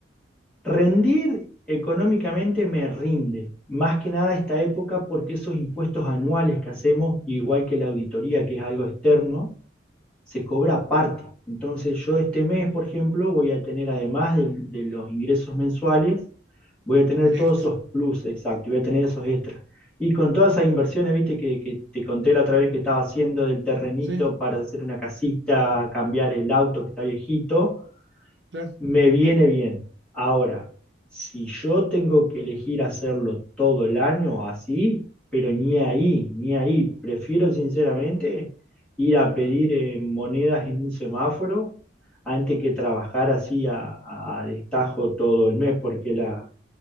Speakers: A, in the centre; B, on the right (about 65°).
A: rendir económicamente me rinde, más que nada esta época porque esos impuestos anuales que hacemos, igual que la auditoría, que es algo externo, se cobra aparte. Entonces yo este mes, por ejemplo, voy a tener, además del- de, los ingresos mensuales, voy a tener
B: Un
A: todos
B: extra.
A: esos plus, exacto, voy a tener esos extras. Y con todas esas inversiones, viste, que, que te conté la otra vez que estaba haciendo del terrenito
B: Sí,
A: para hacer una casita, cambiar el auto que está viejito,
B: claro.
A: me viene bien. Ahora, si yo tengo que elegir hacerlo todo el año así, pero ni ahí, ni ahí, prefiero sinceramente ir a pedir eh, monedas en un semáforo antes que trabajar así a, a destajo todo el mes, porque la,